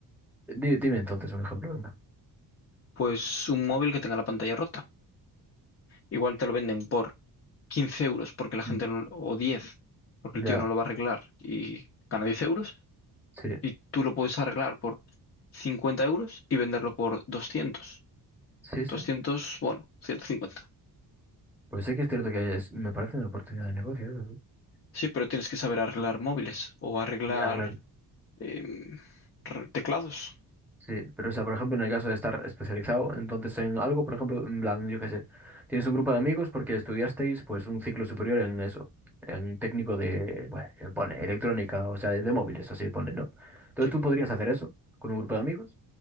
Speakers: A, in the centre; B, on the left.
A: di- dime entonces un ejemplo, venga.
B: Pues un móvil que tenga la pantalla rota. Igual te lo venden por 15 euros porque la gente
A: Mm,
B: no- o diez porque
A: Ya,
B: el tío no lo va a arreglar y gana diez euros
A: sí,
B: y tú lo puedes arreglar por 50 euros y venderlo por doscientos
A: sí,
B: doscientos
A: sí.
B: bueno, ciento cincuenta
A: Pues sí que es cierto que es- me parece una oportunidad de negocio, eso sí.
B: Sí, pero tienes que saber arreglar móviles o arreglar
A: Ya, claro.
B: em, re- teclados.
A: Sí, pero o sea, por ejemplo, en el caso de estar especializado, entonces en algo, por ejemplo, en plan, yo qué sé, tienes un grupo de amigos porque estudiasteis pues un ciclo superior en eso, en técnico de, bueno, eh, pone electrónica, o sea, de, de móviles, así pone, ¿no? Entonces
B: Sí,
A: tú podrías hacer eso con un grupo de amigos